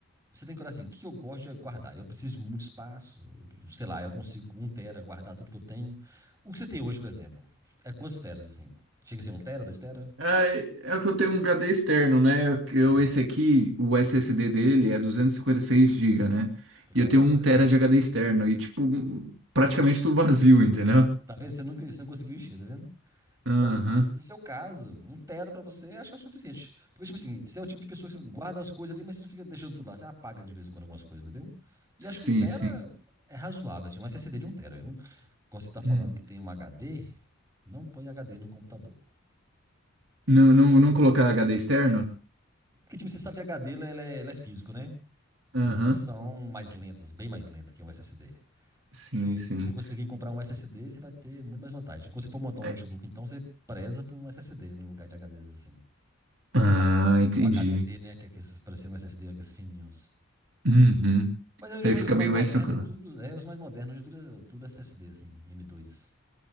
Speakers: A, on the right; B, on the right.
A: você tem que olhar assim, o que eu gosto de guardar? Eu preciso de muito espaço, eu- sei lá, eu consigo com 1 tera guardar tudo que eu tenho. O que você tem hoje, por exemplo, é quantos teras, assim? Chega a ser 1 tera, 2 tera?
B: É, é que eu tenho um HD externo, né? Que Eu,
A: Sim,
B: esse aqui, o SSD dele é 256 GB, né?
A: troca.
B: E eu tenho um tera de HD externo e, tipo, um, praticamente tudo vazio, entendeu?
A: Tá vendo? Você nunca, você não conseguiu encher, tá vendo? Então,
B: Aham.
A: nesse- no seu caso, um tera pra você acho que é o suficiente. Porque, tipo assim, você é o tipo de pessoa que você guarda as coisas ali, mas você não fica deixando tudo lá. Você apaga de vez em quando algumas coisas, entendeu? E
B: Sim,
A: acho que um tera
B: sim.
A: é razoável, assim, um SSD de um tera, viu? Quando você tá falando
B: Hum.
A: que tem um HD, não põe HD no computador.
B: Não, não, não colocar HD externo?
A: Porque, tipo, você sabe que HD ele é, ele é físico, né?
B: Aham.
A: E eles são mais lentos, bem mais lentos que um SSD.
B: Sim,
A: E aí,
B: sim.
A: se você conseguir comprar um SSD, você vai ter muito mais vantagem. Quando você for montar
B: É-
A: um notebook, então, você preza por um SSD no lugar de HDs, assim.
B: Ah,
A: O HDD,
B: entendi.
A: o HDD, né? Que é aqueles parecendo um SSD, aqueles fininhos.
B: Uhum.
A: Mas é os
B: Aí fica
A: mais
B: bem
A: modernos,
B: mais tranquilo.
A: tudo. É, os mais modernos, hoje tudo, é- tudo é SSD, assim, M2.